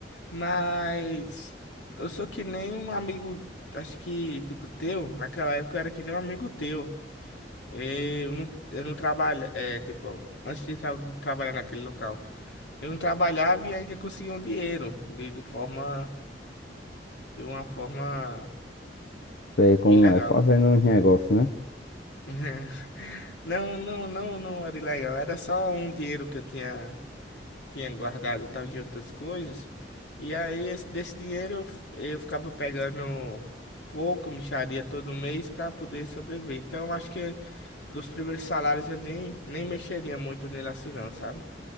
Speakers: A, on the left; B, on the left.
A: mas eu sou que nem um amigo, acho que, tipo, teu, naquela época eu era que nem um amigo teu, eu não, eu não trabalho, é, tipo, antes de, tra- de trabalhar naquele local, eu não trabalhava e ainda conseguia um dinheiro, de, de forma, de uma forma
B: é como
A: ilegal.
B: é, fazendo uns negócios, né?
A: <laughs> Não, não, não, não era ilegal. Era só um dinheiro que eu tinha, tinha guardado e tal de outras coisas. E aí, esse, desse dinheiro, eu, f- eu ficava pegando pouco, mixaria todo mês para poder sobreviver. Então, eu acho que dos primeiros salários eu nem, nem mexeria muito nele assim, não, sabe?